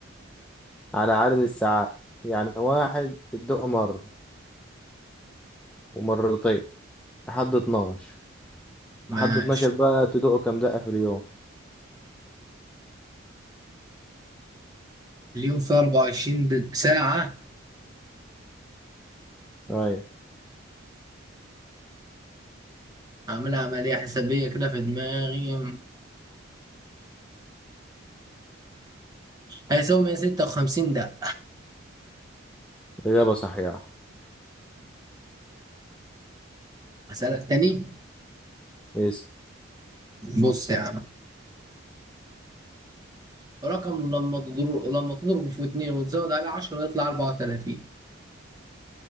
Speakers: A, in the centre; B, on the right (about 20°).
A: على عدد الساعات يعني واحد بتدق مرة ومرتين لحد 12
B: ماشي
A: لحد 12 بقى تدق كم دقة في اليوم
B: اليوم فيه 24 د- ساعة
A: أيوة
B: عامل عملية حسابية كده في دماغي هيساوي 156 دقة
A: الإجابة صحيحة
B: هسألك تاني
A: إيه
B: بص يا عم رقم لما تضرب لما تضربه في اتنين وتزود عليه عشرة يطلع أربعة وتلاتين